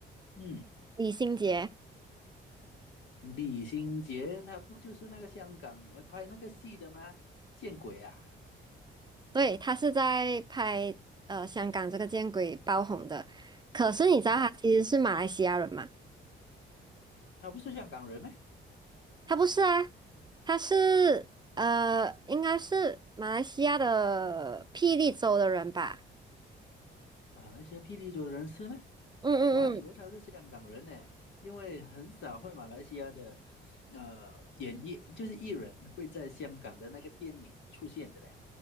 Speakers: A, on the left; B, on the right.
A: 嗯。
B: 李心洁。
A: 李心洁她不就是那个香港呃拍那个戏的吗？见鬼啊！
B: 对，他是在拍呃香港这个见鬼爆红的，可是你知道他其实是马来西亚人吗？
A: 啊哦，她不是香港人吗？
B: 他不是啊，他是呃应该是马来西亚的霹雳州的人吧？
A: 马来西亚霹雳州的人是吗？
B: 嗯嗯嗯，
A: 我还以为她是香港人呢，因为很少会马来西亚的呃演艺就是艺人会在香港的那个电影出现的嘞。